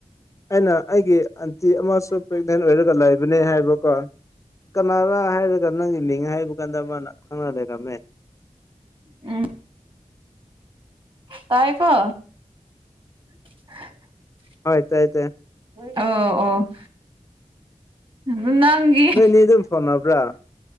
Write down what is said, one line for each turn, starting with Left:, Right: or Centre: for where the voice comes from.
Left: ꯑꯩꯅ ꯑꯩꯒꯤ ꯑꯟꯇꯤ ꯑꯃꯁꯨ ꯄ꯭ꯔꯦꯒꯅꯦꯟ ꯑꯣꯏꯔꯒ ꯂꯩꯕꯅꯦ ꯍꯥꯏꯕꯀꯣ ꯀꯅꯥꯅ ꯍꯥꯏꯔꯒ ꯅꯪꯒꯤ ꯃꯤꯡ ꯍꯥꯏꯕ ꯀꯥꯟꯗ ꯃꯥꯅ ꯈꯪꯅꯂꯩꯔꯝꯃꯦ
Right: ꯎꯝ ꯇꯥꯏ ꯀꯣ <unintelligible>
Left: ꯍꯣꯏ ꯇꯥꯏꯌꯦ ꯇꯥꯏꯌꯦ
Right: ꯑ ꯑꯣ ꯑꯗꯨ ꯅꯪꯒꯤꯤ
Left: ꯅꯣꯏꯅꯤ ꯑꯗꯨꯝ ꯐꯥꯎꯅꯕ꯭ꯔꯥ